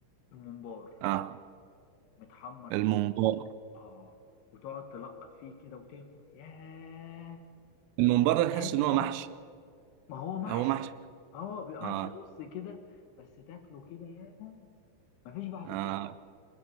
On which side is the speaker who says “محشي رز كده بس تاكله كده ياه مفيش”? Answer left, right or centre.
Left